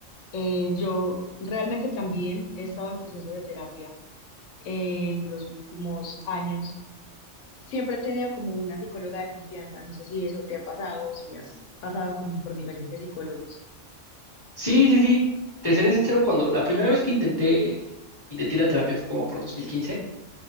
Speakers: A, on the left; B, on the left.
A: Eh, yo realmente también he estado en proceso de terapia en los últimos años. Siempre he tenido como una psicóloga de confianza. No sé si eso te ha pasado o si has pasado como por diferentes psicólogos.
B: Sí, sí, sí. Te seré sincero, cuando la primera vez que intenté, intenté la terapia fue como por dos mil quince